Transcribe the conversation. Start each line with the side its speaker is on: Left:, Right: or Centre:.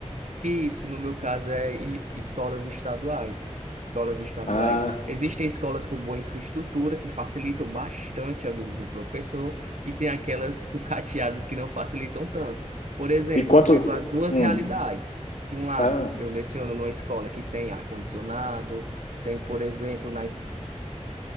Right: Isso, no meu caso, é i- escolas estaduais. Escolas estaduais.
Left: Ah,
Right: Existem escolas com boa infraestrutura que facilitam bastante a vida do professor e tem aquelas sucateadas que não facilitam tanto. Por exemplo,
Left: e quanto?
Right: eu vivo as duas
Left: Hum,
Right: realidades. De um lado,
Left: ah,
Right: eu leciono numa escola que tem ar-condicionado, tem, por exemplo, nas